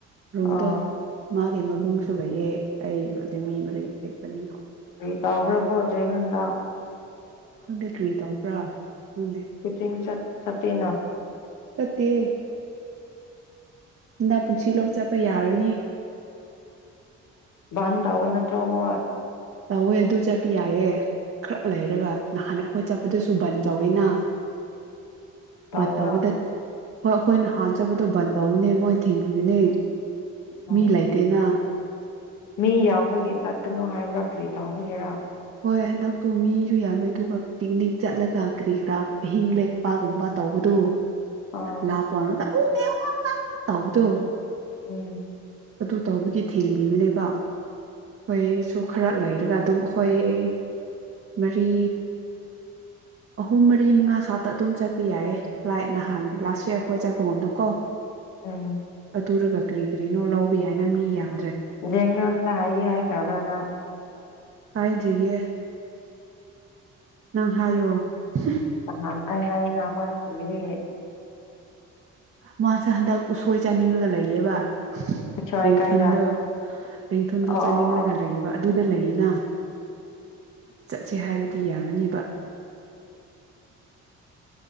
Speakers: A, on the right; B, on the left.
A: ꯔꯨꯝꯗꯣ
B: ꯑꯣ
A: ꯃꯥ ꯑꯗꯨ ꯃꯕꯨꯡꯁꯨ ꯂꯩꯑ ꯑꯩ ꯑꯗꯨꯗꯤ ꯃꯤ ꯂꯩꯀꯅꯤ
B: ꯀꯔꯤꯇꯥ ꯑꯣꯕ꯭ꯔꯒꯔ ꯖꯈꯟꯗ
A: ꯈꯪꯗꯦ ꯀꯔꯤ ꯇꯧꯕ꯭ꯔꯥ ꯈꯪꯗꯦ
B: ꯀꯆꯤꯡꯤꯡ ꯆꯠ ꯆꯇꯅ
A: ꯇꯠꯇꯦ ꯍꯟꯗ ꯄꯨꯟꯁꯤ ꯂꯧ ꯆꯠꯄ ꯌꯥꯔꯅꯤ
B: ꯥꯟ ꯇꯒꯕꯅꯠꯇꯣ ꯑꯃꯣꯏ
A: ꯇꯧꯋꯦ ꯑꯗꯨ ꯆꯠꯄ ꯌꯥꯏꯑꯦ ꯈꯔ ꯂꯩꯔꯒ ꯅꯍꯥꯟ ꯑꯩꯈꯣꯏ ꯆꯠꯄꯗꯁꯨ ꯕꯟ ꯇꯧꯋꯦꯅꯥ
B: ꯇꯧꯕ꯭ꯔꯥ
A: ꯕꯟ ꯇꯧꯕꯗ ꯊꯠ ꯍꯣꯏ ꯑꯩꯈꯣꯏꯅ ꯅꯍꯥꯟ ꯆꯠꯄꯗꯣ ꯕꯟ ꯇꯧꯕꯅꯦ ꯃꯣꯏ ꯊꯤꯟꯕꯤꯕꯅꯦ
B: ꯑꯣ
A: ꯃꯤ ꯂꯩꯇꯦꯅꯥ
B: ꯃꯤ ꯌꯥꯝꯕꯒꯤ ꯆꯠꯀꯅꯨ ꯍꯥꯏꯕ꯭ꯔ ꯀꯥꯔꯤ ꯇꯧꯕꯒꯤꯔꯥ
A: ꯍꯣꯏ ꯍꯟꯗꯛꯇꯨ ꯃꯤꯁꯨ ꯌꯥꯝꯃꯦ ꯑꯗꯨꯒ ꯄꯤꯛꯅꯤꯛ ꯆꯠꯂꯒ ꯀꯔꯤ-ꯀꯔꯥ ꯑꯍꯤꯡ ꯂꯦꯛꯄꯒꯨꯝꯕ ꯇꯧꯕꯗꯨ
B: ꯑꯥ
A: ꯂꯥꯛꯀꯣꯋꯅꯨꯗ ꯎ ꯑꯦ ꯋꯥ ꯑꯥ ꯇꯧꯕꯗꯣ
B: ꯎꯝ
A: ꯑꯗꯨ ꯇꯧꯕꯒꯤ ꯊꯤꯡꯕꯤꯕꯅꯦꯕ ꯍꯣꯏ ꯁꯣꯛ ꯈꯔ ꯂꯩꯔꯒ ꯑꯗꯨꯝ ꯑꯩꯈꯣꯏ ꯑꯩ ꯃꯔꯤ ꯑꯍꯨꯝ ꯃꯔꯤ ꯃꯉꯥ ꯈꯥꯛꯛꯇ ꯑꯗꯨꯝ ꯆꯠꯄ ꯌꯥꯏꯌꯦ ꯂꯥꯏ ꯅꯍꯥꯟ ꯂꯥꯁ ꯏꯌꯥꯔ ꯑꯈꯣꯏ ꯆꯠꯕꯒꯨꯝꯅ ꯀꯣ
B: ꯎꯨꯝ
A: ꯇꯨꯔꯒ ꯀꯔꯤ ꯀꯔꯤꯅꯣ ꯂꯧꯕ ꯌꯥꯏꯅ ꯃꯤ ꯌꯥꯝ
B: ꯖꯦꯉꯝꯗ ꯍꯥꯏꯗꯤ ꯍꯥꯏꯈ꯭ꯔꯕ ꯅꯪ
A: ꯍꯥꯏꯗ꯭ꯔꯤꯌꯦ ꯅꯪ ꯍꯥꯏꯌꯣ ꯍ
B: ꯥꯅꯍꯥꯟ ꯑꯩ ꯍꯥꯏꯅꯥ ꯃꯥꯟꯅ ꯀꯤꯕꯒꯤ
A: ꯃꯥꯁꯦ ꯍꯟꯗꯛ ꯎꯁꯣꯏ ꯆꯥꯅꯤꯡꯉꯒ ꯂꯩꯌꯦꯕ
B: ꯑꯁ꯭ꯋꯥꯏ
A: ꯔꯦꯡꯊꯨꯟꯗ
B: ꯀꯥꯏꯗ
A: ꯔꯦꯡꯊꯨꯟꯗꯣ
B: ꯑꯣ
A: ꯆꯥꯅꯤꯡꯂꯒ
B: ꯑꯣ ꯑꯣ
A: ꯂꯩꯌꯦꯕ ꯑꯗꯨ ꯂꯩꯅ ꯆꯠꯁꯦ ꯍꯥꯏꯔꯗꯤ ꯌꯥꯒꯅꯦꯕ